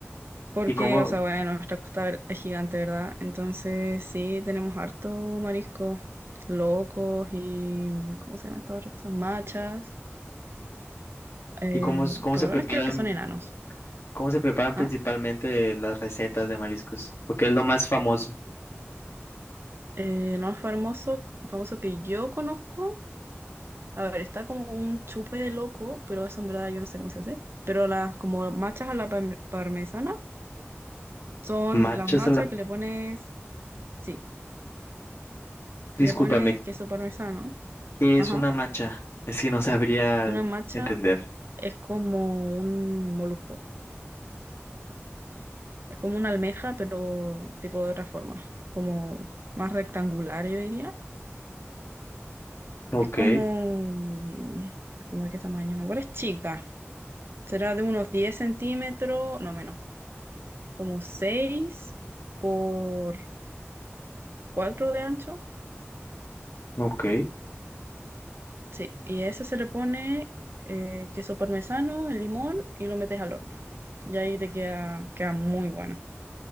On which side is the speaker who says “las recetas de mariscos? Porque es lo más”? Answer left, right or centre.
Left